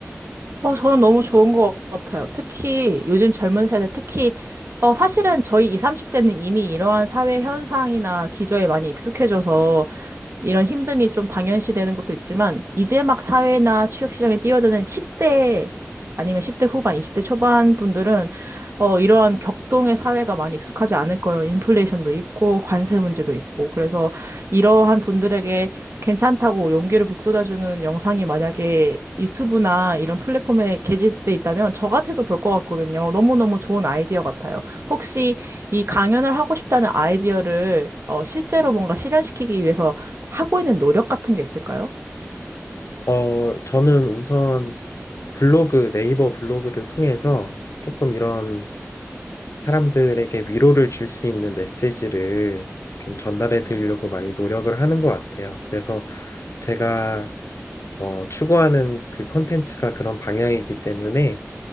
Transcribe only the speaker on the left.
어, 저는 우선 블로그, 네이버 블로그를 통해서 조금 이런 사람들에게 위로를 줄 수 있는 메시지를 좀 전달해 드리려고 많이 노력을 하는 것 같아요. 그래서 제가 어, 추구하는 그 컨텐츠가 그런 방향이기 때문에